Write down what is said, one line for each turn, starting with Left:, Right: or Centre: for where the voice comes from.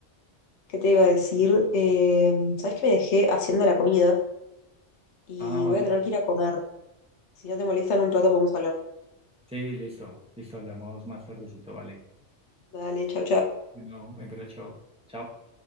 Left: ¿Qué te iba a decir? Eh, ¿sabes que me dejé haciendo la comida? Y
Centre: Ah, vale.
Left: voy a tener que ir a comer. Si no te molesta, en un rato podemos hablar.
Centre: Sí, listo, listo, hablamos más tardecito, vale.
Left: Dale, chau, chau.
Centre: Bueno, buen provecho. Chao.